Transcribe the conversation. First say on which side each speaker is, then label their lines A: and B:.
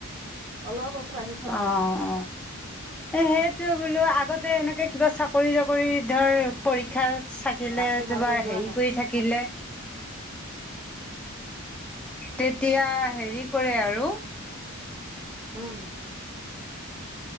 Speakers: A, on the right; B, in the centre.
A: অলপ ওচ আহি
B: অ অ এ সেইটোৱে বোলো আগতে এনেকে কিবা চাকৰি জাকৰি ধৰ পৰীক্ষা থাকিলে
A: মাততো ভালকে
B: তোমাৰ
A: যোৱা
B: হেৰি
A: নাই
B: কৰি থাকিলে তেতিয়া হেৰি কৰে আৰু
A: উম